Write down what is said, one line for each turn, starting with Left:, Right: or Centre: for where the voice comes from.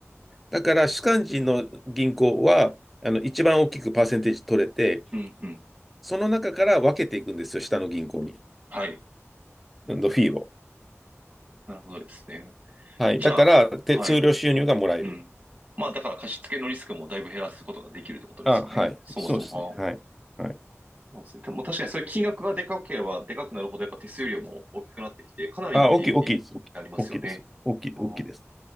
Centre: だから主幹事の銀行は、あの、一番大きくパーセンテージ取れて、
Right: うん、うん。
Centre: その中から分けていくんですよ、下の銀行に。
Right: はい。
Centre: のフィーを。
Right: なるほどですね。
Centre: はい。
Right: じゃあ、
Centre: だから、手数料収入がもらえる。
Right: はい。うん。まあ、だから貸し付けのリスクもだいぶ減らすことができるってことですよね。
Centre: あ、はい。
Right: そもそも。
Centre: そうですね。はい。
Right: ああ。
Centre: はい。
Right: そうですね。でも確かにそういう金額がでかければでかくなるほど、やっぱ手数料も大きくなってきて、かなりの利益になりますよね。
Centre: あ、大きい、大きいです。大きい大きいです。大きい、
Right: ああ、
Centre: 大きいです。